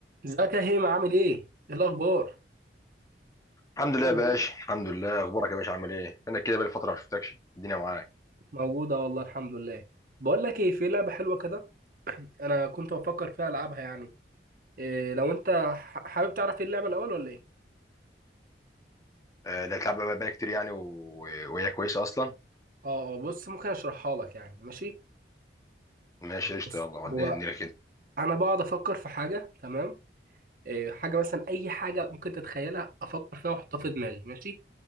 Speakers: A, on the right; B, on the left.
A: ازيك يا هيما عامل ايه؟ ايه الاخبار؟
B: الحمد لله يا عامل ايه؟ باشا الحمد لله اخبارك يا باشا عامل ايه انا كده بقالي فتره ما شفتكش الدنيا معاك
A: موجودة والله الحمد لله. بقول لك ايه في لعبة حلوة كده انا كنت بفكر فيها العبها يعني إيه لو انت ح- حابب تعرف ايه اللعبة الاول ولا ايه؟
B: آه، لا تلعب بقى بقى كتير يعني و... وهي كويسه اصلا
A: اه اه بص ممكن اشرحها لك يعني ماشي؟
B: ماشي قشطه
A: بص
B: يلا وديني
A: هو
B: الدنيا كده
A: انا بقعد افكر في حاجة تمام؟ إيه حاجة مثلا اي حاجة ممكن تتخيلها افكر فيها واحطها في دماغي ماشي؟